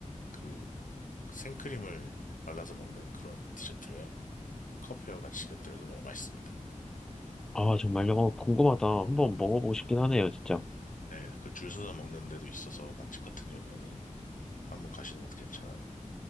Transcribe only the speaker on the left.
그 생크림을 발라서 먹는 그런 디저트래요. 커피와 같이 곁들여서 먹으면 맛있습니다.
네. 그 줄 서서 먹는 데도 있어서 맛집 같은 경우에는 한번 가시는 것도 괜찮아요.